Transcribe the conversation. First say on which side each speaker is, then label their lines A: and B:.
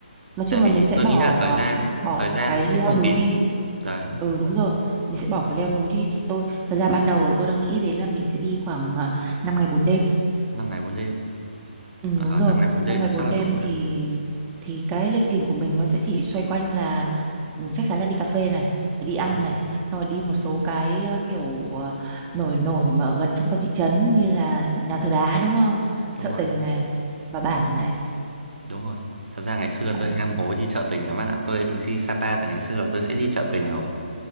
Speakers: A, on the right (about 15°); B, on the right (about 85°).
A: nói chung
B: tại vì
A: là mình sẽ
B: tôi
A: bỏ
B: nghĩ là thời gian
A: bỏ
B: thời gian
A: cái
B: sẽ
A: leo
B: không
A: núi
B: kịp
A: đi
B: đấy
A: ừ đúng rồi mình sẽ bỏ cái leo núi đi thì tôi thật ra ban đầu tôi đang nghĩ đến là mình sẽ đi khoảng à, năm ngày bốn đêm
B: năm ngày bốn đêm
A: Ừ,
B: à,
A: đúng rồi,
B: năm ngày bốn đêm
A: năm ngày
B: mình
A: 4
B: chắc là
A: đêm
B: đủ
A: thì
B: nhỉ
A: thì cái lịch trình của mình nó sẽ chỉ xoay quanh là ừ, chắc chắn là đi cà phê này, rồi đi ăn
B: đúng rồi
A: này, xong rồi đi một số cái ờ, kiểu ờ, nổi nổi mà ở gần trung tâm thị trấn như là nhà thờ đá đúng không?
B: đúng
A: Chợ
B: rồi
A: tình này và bản này.
B: Đúng rồi. Thật ra ngày xưa
A: Ờ,
B: tôi ham hố đi chợ tình lắm bạn ạ. Tôi đã định đi Sapa từ ngày xưa rồi tôi sẽ đi chợ tình rồi.